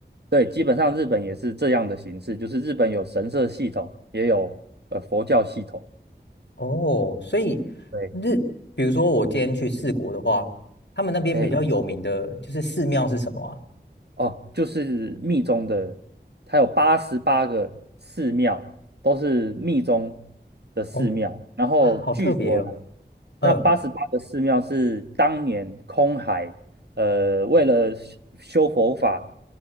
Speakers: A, on the right (about 65°); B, on the left (about 75°).
A: 对，基本上日本也是这样的形式，就是日本有神社系统，也有呃佛教系统。
B: 哦，所以日，
A: 对，
B: 比如说我今天去四国的话，他们那边比较有名的就是寺庙是什么啊？
A: 嘿，哦，就是密宗的，它有八十八个寺庙，都是密宗的寺庙。
B: 哦，
A: 然后据说啦，
B: 啊，好特别哦。嗯，
A: 那八十八个寺庙是当年空海，呃，为了修修佛法，